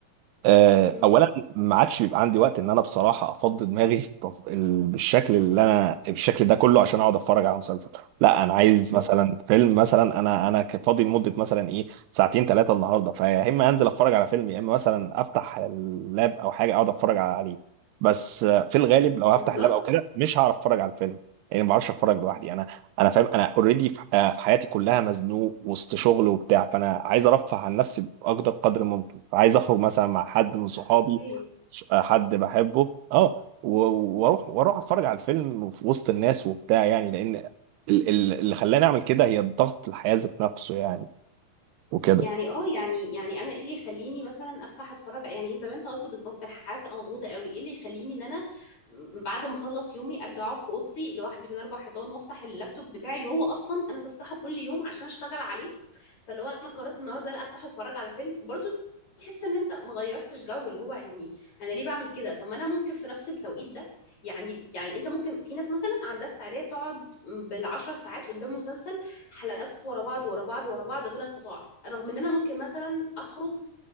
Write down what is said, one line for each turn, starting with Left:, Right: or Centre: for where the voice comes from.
Right: آه،
Left: م-
Right: اولا ما عادش بيبقى عندي وقت ان انا بصراحه افضي دماغي التف- ال- بالشكل اللي انا بالشكل ده كله عشان اقعد اتفرج على مسلسل لا انا عايز
Left: بالظبط
Right: مثلا فيلم مثلا انا انا ك- فاضي لمده مثلا ايه ساعتين ثلاثه النهارده فيا اما انزل اتفرج على فيلم يا اما مثلا افتح اللاب او حاجه اقعد اتفرج عليه بس آه، في الغالب لو
Left: بالظبط
Right: هفتح اللاب او كده مش هعرف اتفرج على الفيلم يعني ما بعرفش اتفرج لوحدي انا انا فاهم انا اوريدي في آه، في حياتي كلها مزنوق وسط شغل وبتاع فانا عايز ارفه عن نفسي باقدر قدر ممكن عايز اخرج مثلا مع حد من صحابي
Left: حرفيا
Right: ش- آه، حد بحبه اه و- واروح واروح اتفرج على الفيلم في وسط الناس وبتاع يعني لان ال- ال- اللي خلاني اعمل كده هي الضغط الحياة ذات نفسه يعني وكده
Left: يعني اه يعني يعني انا ايه اللي يخليني مثلا افتح اتفرج يعني إيه، زي ما انت قلت بالظبط الحياه بتبقى مضغوطه قوي ايه اللي يخليني ان انا م- بعد ما اخلص يومي ارجع اقعد في اوضتي لوحدي بين اربع حيطان وافتح اللابتوب بتاعي اللي هو اصلا انا بفتحه كل يوم عشان اشتغل عليه فلو انا قررت النهارده لا افتح اتفرج على فيلم برضو تحس ان انت ما غيرتش جو اللي هو يعني انا ليه بعمل كده طب ما انا ممكن في نفس التوقيت ده يعني يعني انت ممكن في ناس مثلا عندها استعداد تقعد بالعشر ساعات قدام مسلسل حلقات ورا بعض ورا بعض ورا بعض بلا انقطاع رغم ان انا ممكن مثلا اخرج